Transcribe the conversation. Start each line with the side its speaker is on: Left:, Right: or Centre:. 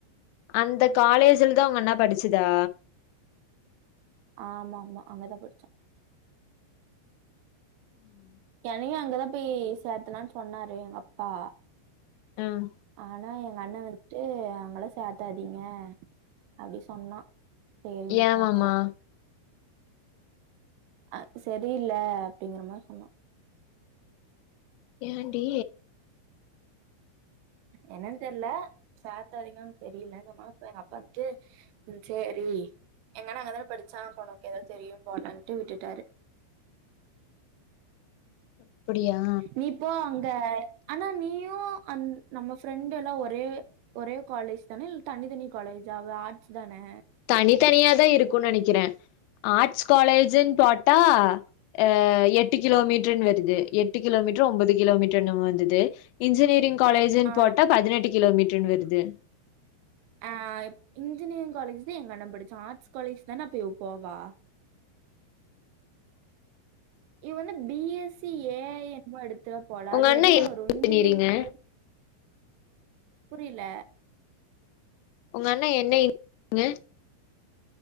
Left: அந்த காலேஜ்ல தான் உங்க அண்ணா படிச்சதா
Right: ஆமா ஆமா அங்கதான் படிச்சேன்
Left: ம்
Right: என்னயும் அங்கதான் போய் சேர்த்தலாம்னு சொன்னாரு எங்க அப்பா
Left: ம்
Right: ஆனா எங்க அண்ணன் இருந்துட்டு அங்களாம் சேத்தாதீங்க அப்படினு சொன்னான் சரின்னு சொல்லி
Left: ஏவா
Right: சேர்த்தல.
Left: மா
Right: அ சரியில்ல அப்படிங்கற மாறி சொன்னான்
Left: ஏண்டி
Right: என்னன்னு தெரியல சேத்தாதிங்கனு சரியில்லங்கமாறி எங்க அப்பாக்கிட்டு ம் செரி எங்கண்ணன் அங்கதானே படிச்சா அப்ப அவனுக்கு தெரியும் போவேனான்ட்டு விட்டுட்டாரு
Left: அப்பிடியா
Right: நீ போ அங்க ஆனா நீயும் அந் நம்ம ஃப்ரெண்டு எல்லாம் ஒரே ஒரே காலேஜ் தானே இல்ல தனி தனி காலேஜா அவ ஆர்ட்ஸ் தானே
Left: தனித்தனியா தான் இருக்கும்ன்னு நினைக்கிறேன் ஆர்ட்ஸ் காலேஜன்னு போட்டா அ எட்டு கிலோமீட்டர்ன்னு வருது எட்டு கிலோமீட்டர் ஒன்பது கிலோமீட்டர்ன்னு வந்தது இன்ஜினியரிங் காலேஜுன்னு
Right: ஆ
Left: போட்டா பதினெட்டு கிலோமீட்டர்ன்னு வருது
Right: ஆ இன்ஜினியரிங் காலேஜ் தான் எங்க அண்ணா படிச்சான் ஆர்ட்ஸ் காலேஜ் தான அப்ப இவ போவா இவ என்ன பி எஸ் சி ஏ என்னமோ எடுத்தா போலா
Left: உங்க
Right: அது
Left: அண்ணா
Right: எதுல
Left: என்ன
Right: வரும்
Left: இன்ஜினியரிங்கு?
Right: இஞ்சினியரிங்ல புரியில
Left: உங்க அண்ணா என்ன <inaudible> இங்க